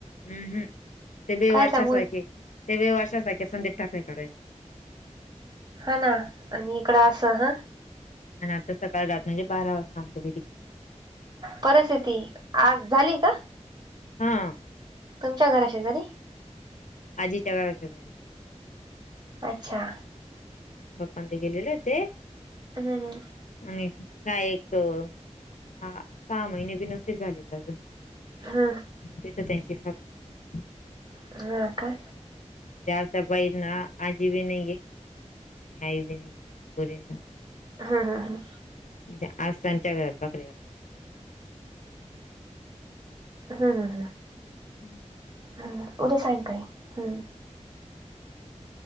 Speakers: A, on the left; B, on the right.
A: हम्म हम् ते बेवारशा
B: काय त्यामुळे
A: सारखे, ते बेवारशा सारखे <unintelligible> ठाकायचे
B: हा ना आणि इकडं असं हं.
A: आणि आता सकाळ रात म्हणजे बारा वाजता अंत्यविधी
B: परस्थती आज झाली का?
A: हा.
B: तुमच्या घरा शेजारी
A: आजीच्या घराशेजारी
B: अच्छा.
A: पप्पां न ते गेलेले होते.
B: हू हू.
A: आणि काय एक हा सहा महिने बी नसेल झालेत.
B: हुं.
A: तिथं त्यांची सासू वारायला
B: हा का?
A: त्या आता बाई ना आजी बी नाही घे, आई बी नाही पोरींना
B: हा हां हां.
A: मंजे आज त्यांच्या घरात भाकरी घालाय
B: हू हू ह.
A: <inaudible>
B: हम उद्या सायंकाळी